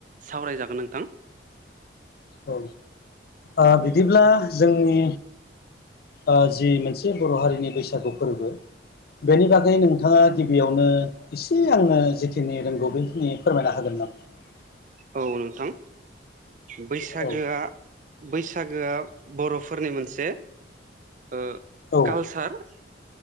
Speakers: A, on the right; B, on the left.
A: सावरायजागोन नोंथां।
B: औ ओ बिदिब्ला जोंनि ओ जि मोनसे बर' हारिनि बैसागु फोरबो बेनि बागै नोंथाङा गिबियावनो एसे आंनो जिखिनि रोंगौ बेखिनि फोरमायना होगोन? <unintelligible>
A: औ नोंथां बैसागोआ
B: औ
A: बैस बैसागोआ बर'फोरनि मोनसे ओ
B: औ
A: कालसार